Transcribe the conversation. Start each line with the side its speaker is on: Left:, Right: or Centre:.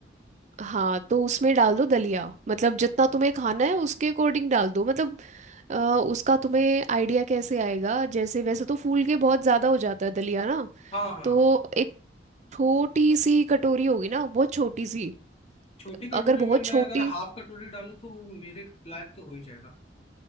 Right: हाँ तो उसमें डाल दो दलिया मतलब जितना तुम्हें खाना है उसके अकॉर्डिंग डाल दो मतलब अ, उसका तुम्हें आइडिया कैसे आएगा जैसे वैसे तो फूल के बहुत ज़्यादा हो जाता है दलिया ना
Left: हाँ हाँ
Right: तो एक छोटी सी कटोरी होगी ना बहुत छोटी सी
Left: छोटी कटोरी
Right: अगर बहुत
Left: में मैं
Right: छोटी
Left: अगर हाफ कटोरी डालूं तो वो मेरे लायक तो हो ही जाएगा